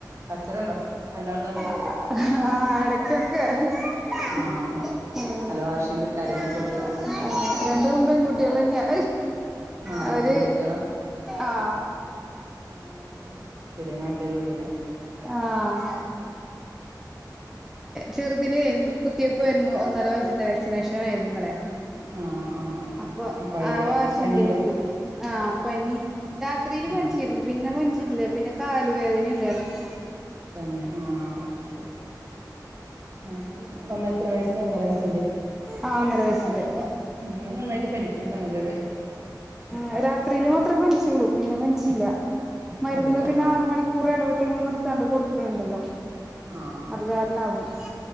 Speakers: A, on the right; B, in the centre.
A: കച്ചറണ്ടോ രണ്ടാളും തമ്മില്?
B: ആഹ് എടക്ക്.
A: ആഹ്
B: ക്കെട്ക്ക്.
A: നല്ല വാശിയുണ്ട് കരയണ സൗണ്ട് കേൾക്കണ്ട്
B: ആ രണ്ടും പെൺകുട്ട്യളെന്ന്യാ.
A: ആഹ്
B: അവര്
A: രണ്ട് പെൺകുട്ടികളാ
B: ആ
A: ആ ചെറ്യായ മാറ്റല്ലെള്ളൂല്ലേ.
B: ആഹ്. ചെർതിന് കുത്തിവെപ്പായിരുന്നു ഒന്നര വയസിന്റെ വാക്സിനേഷൻ ആയിരുന്നുന്നലെ.
A: ആഹ് ആഹ് ആഹ്
B: അപ്പൊ
A: അയിന്റെ
B: ആവാശി
A: പനിണ്ടോ
B: ഇണ്ട് മൂപ്പര്ക്ക് ആ പനി രാത്രില്
A: ആഹ്
B: പൻച്ചിര്ന്നു. പിന്നെ പൻച്ചിട്ടില്ല പിന്നെ കാല് വേദന ഇണ്ടായിട്ടൊ
A: തന്നെ ആ അത് ശെരി. ആ ഒന്ന എത്ര വയസ്സിന്റെ ഒന്നര വയസ്സിന്റെ?
B: ആ ഒന്നര വയസിന്റെ.
A: അത് നന്നായിട്ട് പനിക്കുന്നതാണല്ലോലെ.
B: ആ രാത്രില് മാത്ര പൻച്ചുള്ളൂ പിന്നെ പൻച്ചില്ല മര്ന്ന്
A: അതെ
B: പിന്നെ
A: ആഹ്
B: ആറ് മണി ക്കൂറെടവ്ട്ട് മ്മൾ നിർത്താണ്ട് കൊടുക്ക്ണ്ടല്ലോ.
A: ആഹ്
B: അത് കാരണാകും